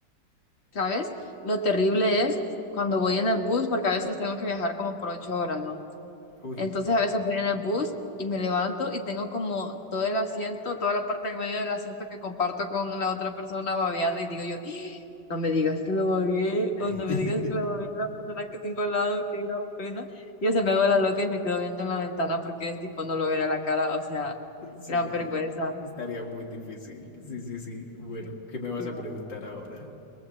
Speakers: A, on the left; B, on the left.
A: ¿Sabes? Lo terrible es cuando voy en el bus, porque a veces tengo que viajar como por ocho horas, ¿no?
B: Uy.
A: Entonces a veces voy en el bus y me levanto y tengo como todo el asiento, toda la parte del medio del asiento que comparto con la otra persona babeada y digo yo, "Ah, no me digas que lo babeé
B: <laughs>
A: o no me digas que lo babeé a la persona que tengo al lado, qué gran pena. Y yo se me hago la loca y me quedo viendo en la ventana porque es tipo no lo veré a la cara, o sea,
B: Sí,
A: gran vergüenza.
B: estaría muy difícil. Sí, sí, sí. Bueno,
A: Sí,
B: ¿qué me vas
A: sí,
B: a
A: la
B: preguntar
A: verdad.
B: ahora?